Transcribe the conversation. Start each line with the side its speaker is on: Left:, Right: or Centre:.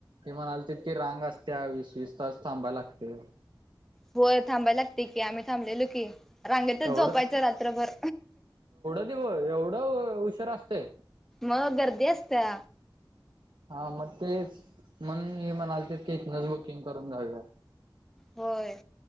Right: ते म्हणालतेत की, रांग असते या वीस-वीस तास थांबायला लागतंय.
Centre: होय, थांबायला लागते की आम्ही थांबलेलो की. रांगेतच
Right: एवढं?
Centre: झोपायचं रात्रभर.
Right: आरे वो, एवढा उशीर असतंय?
Centre: मग गर्दी असत्या.
Right: हा, मग तेच. म्हणून हे म्हणालतेत की इथंनच बुकिंग करून जाऊया.
Centre: होय.